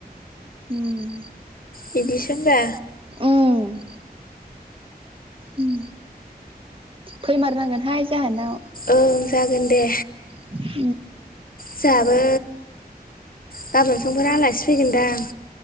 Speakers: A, on the right (about 35°); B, on the left (about 60°).
A: उम।
B: बिदिसो ओमबा।
A: उम उम फैमारनांगोनहाय जाहानाव।
B: ओं जागोन दे।
A: उम <unintelligible> <unintelligible>
B: जोंहाबो गाबोन समफोर आलासि फैगोनदां